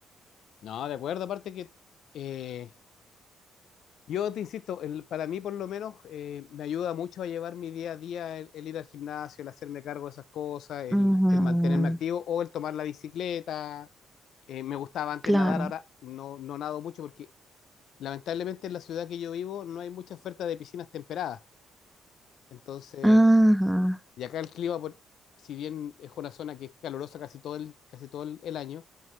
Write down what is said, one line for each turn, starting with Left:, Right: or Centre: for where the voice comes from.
Left: No, de acuerdo, aparte que eh, Yo te insisto, el- para mí por lo menos eh, me ayuda mucho a llevar mi día a día el, el ir al gimnasio, el hacerme cargo de esas cosas, el,
Centre: <laughs> Ujú,
Left: el mantenerme activo o el tomar la bicicleta. Eh, me gustaba antes
Centre: claro.
Left: nadar, ahora no, no nado mucho porque lamentablemente en la ciudad que yo vivo no hay mucha oferta de piscinas temperadas. Entonces,
Centre: Ajá,
Left: y acá el clima, por- si bien es una zona que es calurosa casi todo el, casi todo el, el año,